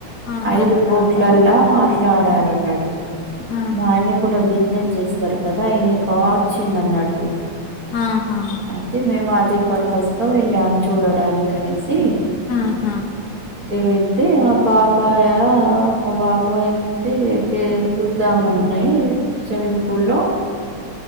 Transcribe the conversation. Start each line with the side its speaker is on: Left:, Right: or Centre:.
Left: ఆహా
Right: ఐదు
Left: అట్లాగా
Right: కోట్లలా మాట్లాడారున్నట్టు
Left: ఆహా
Right: మని కూడా బి చేస్తారు కదా ఈయనకు వచ్చింది అన్నట్టు
Left: ఆహా
Right: అయితే మేము అదే పర్పస్ గా వెళ్ళాము చూడడానికి అనేసి
Left: ఆహా
Right: వెళ్తే మా పాప ఏమో మా బాబా అయితే ఇలా చూద్దామన్నాయి స్విమ్మింగ్ పూలో